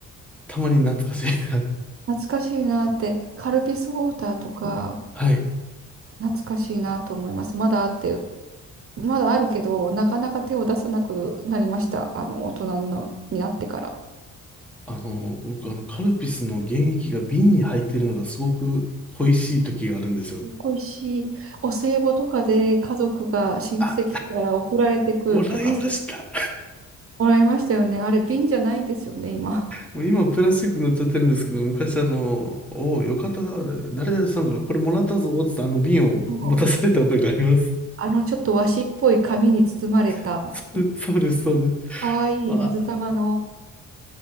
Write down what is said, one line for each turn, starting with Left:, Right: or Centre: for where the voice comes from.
Centre: たまに懐かしいな。
Right: 懐かしいなって、カルピスウォーターとか、
Centre: <laughs> はい。
Right: 懐かしいなと思います。まだあって、まだあるけど、なかなか手を出さなくなりました。あの、大人のになってから。
Centre: あの、僕あのカルピスの原液が瓶に入ってるのがすごく恋しい時があるんですよ。
Right: 恋しい。お歳暮とかで家族が親戚から送られてくるとか、
Centre: あ、もらいました。
Right: そうもらいましたよね。あれ、瓶じゃないんですよね、今。
Centre: もう今プラスチック乗っちゃってるんですけど、昔あの、おお、よかったな、誰々さんからこれもらったぞ、つってあの瓶を持たされた覚えがあります。
Right: そうあの、ちょっと和紙っぽい紙に包まれた、
Centre: <laughs> そうそうです、そうです。
Right: かわいい水玉の、
Centre: あ、